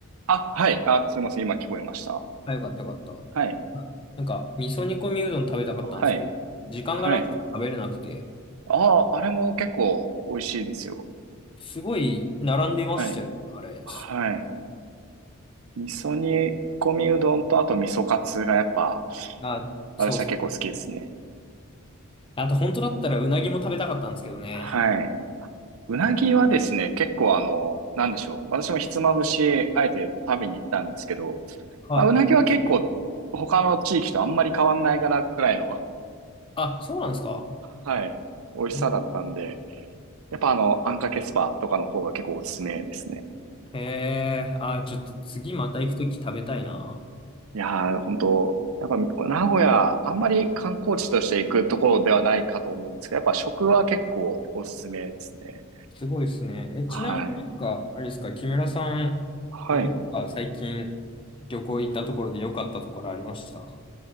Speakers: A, on the right; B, on the left.
A: あ、はい。あ、すいません。今聞こえました。
B: あ、よかったよかった。
A: はい。
B: なんか、味噌煮込みうどん食べたかったんですけど、
A: はい。
B: 時間がなくて食べれなくて、
A: はい。ああ、あれも結構美味しいですよ。
B: すごい並んでましたよ、
A: はい。
B: あれ。
A: はい。味噌煮込みうどんと、あと味噌カツがやっぱ、
B: あ、そうそう。
A: 私は結構好きですね。
B: あと、本当だったらうなぎも食べたかったんですけどね。
A: はい。うなぎはですね、結構あの、なんでしょう。私もひつまぶし、あえて食べに行ったんですけど、
B: はい。
A: まあ、うなぎは結構、他の地域とあんまり変わんないかなくらいの、
B: あ、そうなんですか
A: はい、美味しさだったんで、
B: うん
A: やっぱあの、あんかけスパとかの方が結構おすすめですね。
B: へえ、あ、ちょっと次また行くとき食べたいな。
A: いやー、本当やっぱ名古屋、あんまり観光地として行くところではないかと思うんですけど、やっぱ食は結構おすすめですね。
B: すごいですね。え、
A: はい。
B: ちなみになんか、あれですか、木村さん、
A: はい。
B: どっか最近旅行行ったところで良かったところありました